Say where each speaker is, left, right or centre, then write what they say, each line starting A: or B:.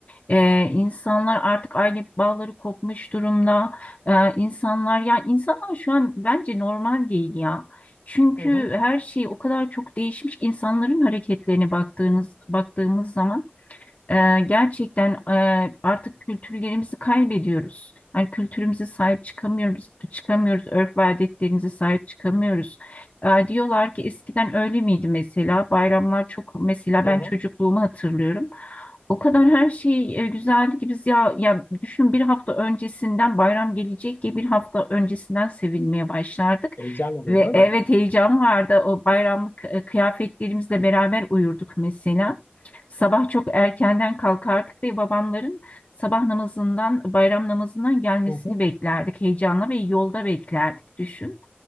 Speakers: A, on the left; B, on the left.
A: Ee, insanlar artık aile bağları kopmuş durumda. Ee, insanlar ya insanlar şu an bence normal değil ya. Çünkü
B: Hı hı,
A: her şey o kadar çok değişmiş. ki insanların hareketlerine baktığınız baktığımız zaman ee, gerçekten e, artık kültürlerimizi kaybediyoruz. Yani kültürümüze sahip çıkamıyoruz, çıkamıyoruz, örf ve adetlerimize sahip çıkamıyoruz. Ee, diyorlar ki eskiden öyle miydi mesela? Bayramlar çok mesela
B: hı
A: ben
B: hı.
A: çocukluğumu hatırlıyorum. O kadar her şey e, güzeldi ki biz ya ya düşün bir hafta öncesinden bayram gelecek diye bir hafta öncesinden sevinmeye başlardık.
B: Heyecan oluyor
A: Ve
B: değil
A: evet
B: mi?
A: heyecan vardı. O bayramlık e, kıyafetlerimizle beraber uyurduk mesela. Sabah çok erkenden kalkardık ve babamların sabah namazından, bayram namazından gelmesini
B: Hı hı.
A: beklerdik. Heyecanla ve yolda beklerdik düşün.